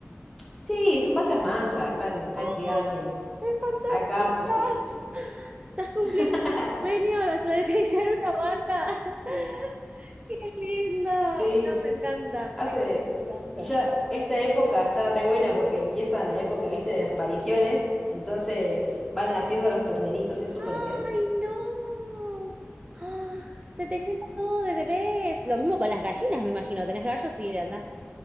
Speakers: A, in the centre; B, on the right.
A: Sí, son vacas mansas, están, están
B: ¡Oh!
A: criadas en,
B: ¡Qué fantasía!
A: a campo, sí, sí, sí.
B: Estás cumpliendo
A: <laughs>
B: mi sueño, vas a acariciar una vaca. <laughs> ¡Qué lindo!
A: Sí.
B: No, me encanta,
A: Hace,
B: me encanta. me encanta.
A: y ya esta época está re buena porque empieza la época, viste, de las pariciones, entonces van naciendo los terneritos, es súper
B: ¡Ay,
A: tierno.
B: no! <gasps> ¡Ah! Se te llena todo de bebés. Lo mismo con las gallinas, me imagino. Tenés gallos y andás